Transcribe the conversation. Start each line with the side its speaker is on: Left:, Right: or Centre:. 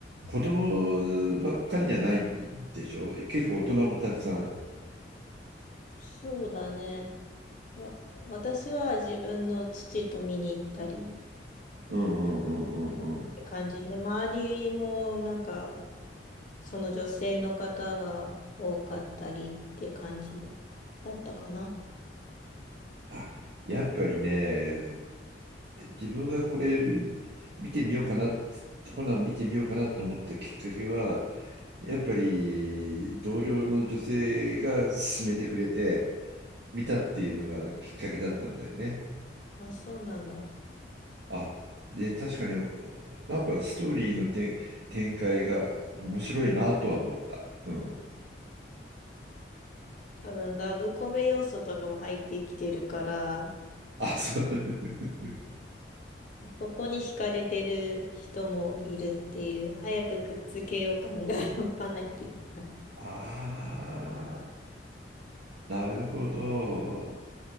Right: 子供ばっかりじゃないでしょ結構大人もたくさん。
Left: そうだね。わ、私は自分の父と見に行ったり
Right: うんうんうんうんうん。
Left: って感じで、周りもなんかその女性の方が多かったりって感じだったかな。
Right: あ、やっぱりね、自分がこれ見てみようかな、ほな見てみようかなと思ったきっかけは、やっぱり同僚の女性が勧めてくれて見たっていうのがきっかけだったんだよね。
Left: あ、そうなんだ。
Right: あ、で、確かに、なんかストーリーの展、展開が面白いなとは思った。うん。
Left: 多分ラブコメ要素とかも入ってきてるから、
Right: あ、そう。<laughs>
Left: そこに惹かれてる人もいるっていう、早くくっつけよう感が <laughs> 半端ないっていう
Right: ああ、なるほど。